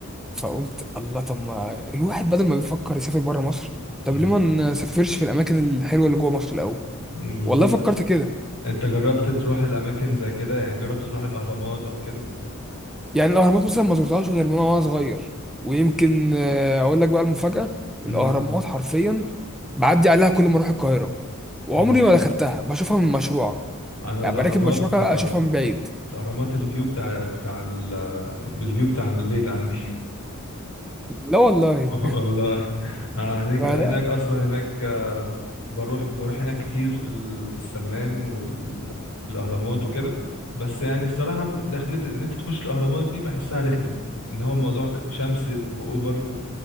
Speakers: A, in the centre; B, on the left.
A: فقلت الله طب ما الواحد بدل ما بيفكر يسافر بره مصر طب
B: امم
A: ليه ما نسافرش في الاماكن الحلوه اللي جوه مصر الاول
B: أمم، بالظبط
A: والله فكرت كده
B: انت جربت تروح الاماكن زي كده يعني جربت تروح الاهرامات او كده
A: يعني الاهرامات مثلا ما زرتهاش غير من وانا صغير ويمكن آه، اقول لك بقى المفاجاه
B: امم
A: الاهرامات حرفيا بعدي عليها كل ما اروح القاهره وعمري
B: امم
A: ما دخلتها بشوفها من مشروع
B: انا
A: يعني
B: الاهرامات
A: براكب مشروع كده
B: آه،
A: اشوفها من بعيد
B: الاهرامات الفيو بتاع بتاع ال... <laughs> بالفيو بتاع البيت عندي
A: لا والله
B: <laughs> والله انا هناك
A: <laughs> فلا
B: هناك اصلا هناك آه، بروح بروح هناك كتير في ال... في السمان والاهرامات وكده بس يعني الصراحه دخلت ان انت تخش الاهرامات دي بحسها رخمه ان هو الموضوع ك- شمس باوفر